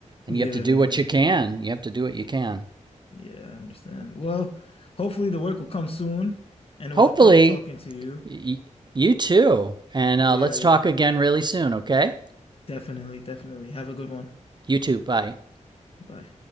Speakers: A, on the right; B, on the left.
A: and
B: yeah
A: you have to do what you can. You have to do what
B: yeah
A: you can.
B: yeah I understand well hopefully the work will come soon and it
A: Hopefully,
B: was a pleasure talking to you
A: Y- you too. And
B: yeah
A: uh, let's
B: yeah
A: talk again really soon, okay?
B: definitely definitely have a good one
A: You too. Bye.
B: Bye.